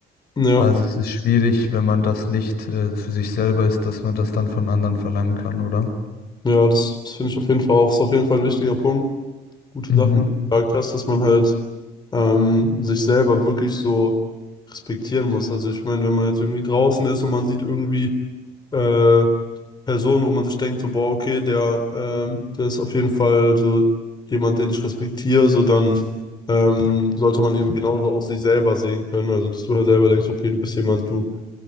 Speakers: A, on the left; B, on the left.
A: Ja.
B: Also es ist schwierig, wenn man das nicht äh, zu sich selber ist, dass man das dann von anderen verlangen kann, oder?
A: Ja, das, das finde ich auf jeden Fall auch, ist auf jeden Fall ein wichtiger Punkt. Gute
B: Mhm.
A: Sachen, die du gesagt hast, dass man halt ähm, sich selber wirklich so respektieren muss. Also ich meine, wenn man jetzt irgendwie draußen ist und man sieht irgendwie äh, Personen, wo man sich denkt, so, boah, okay, der, ähm, der ist auf jeden Fall so jemand, den ich respektiere, so dann ähm, sollte man eben genauso auch sich selber sehen können. Also dass du halt selber denkst, okay, du bist jemand, du,